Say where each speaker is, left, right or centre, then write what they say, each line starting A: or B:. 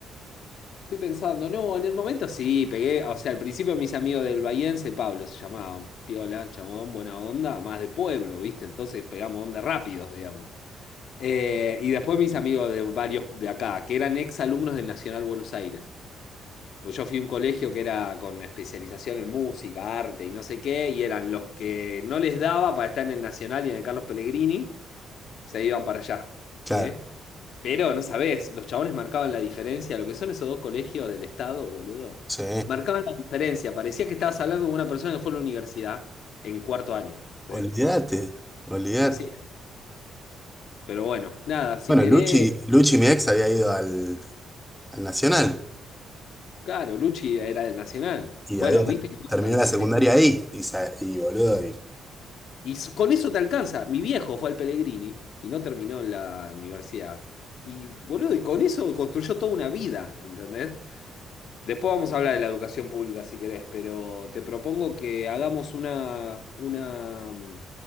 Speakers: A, on the left; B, in the centre.
A: Estoy pensando, no, en el momento sí, pegué, o sea, al principio mis amigos del Bahiense, Pablo se llamaban, piola, chamón, buena onda, más de pueblo, ¿viste? Entonces pegamos onda rápidos, digamos. Eh, y después mis amigos de varios de acá, que eran ex alumnos del Nacional Buenos Aires. Pues yo fui a un colegio que era con especialización en música, arte y no sé qué, y eran los que no les daba para estar en el Nacional y en el Carlos Pellegrini, se iban para allá,
B: Claro,
A: ¿sí? Pero no sabés, los chabones marcaban la diferencia, lo que son esos dos colegios del Estado, boludo.
B: sí.
A: Marcaban la diferencia, parecía que estabas hablando con una persona que fue a la universidad en cuarto año, ¿sí?
B: Olvídate, olvídate.
A: Así era. Pero bueno, nada, si
B: Bueno,
A: querés,
B: Luchi, Luchi, mi ex, había ido al, al Nacional
A: claro, Luchi era del Nacional.
B: y
A: Bueno,
B: había ter-
A: viste que...
B: terminado
A: marcan,
B: la secundaria
A: te-
B: ahí. Y, sa- y boludo, y-
A: Y s- con eso te alcanza. Mi viejo fue al Pellegrini y no terminó en la universidad. Y boludo, y con eso construyó toda una vida, ¿entendés? Después vamos a hablar de la educación pública si querés, pero te propongo que hagamos una, una mm,